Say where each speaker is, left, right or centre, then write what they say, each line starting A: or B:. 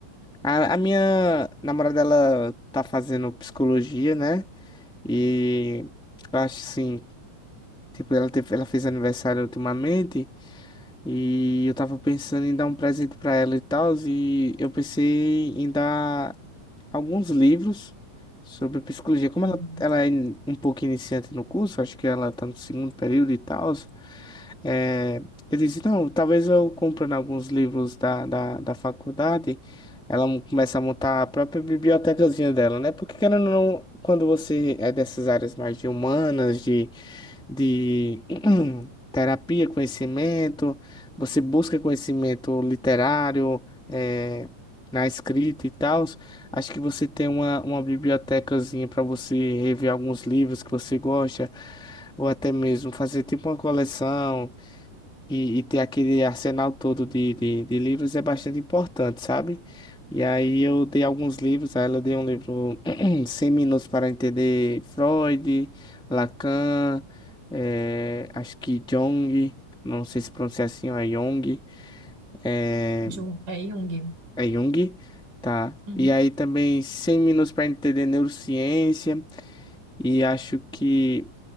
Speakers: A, in the centre; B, on the right.
A: A, a minha namorada, ela tá fazendo psicologia, né? E eu acho assim. Tipo, ela teve, ela fez aniversário ultimamente e eu tava pensando em dar um presente pra ela e tal, e eu pensei em dar alguns livros sobre psicologia. Como
B: Uhum.
A: ela, ela é in- um pouco iniciante no curso, acho que ela tá no segundo período e tal, é, eu disse, não, talvez eu comprando alguns livros da, da, da faculdade, ela mo- começa a montar a própria bibliotecazinha dela, né? Porque querendo ou não, quando você é dessas áreas mais de humanas, de, de <clears throat> terapia, conhecimento, você busca conhecimento literário, é, na escrita e tal, acho que você tem uma, uma bibliotecazinha para você rever alguns livros que você gosta, ou até mesmo fazer tipo uma coleção e, e ter aquele arsenal todo de, de, de livros é bastante importante, sabe? E aí eu dei alguns livros, a ela deu um livro <clears throat> 100 minutos para entender Freud, Lacan, eh, acho que Jung, não sei se pronuncia assim, ou é Jung, é,
B: Jung, é Jung.
A: é Jung, tá?
B: Uhum.
A: E aí também 100 minutos para entender neurociência, e acho que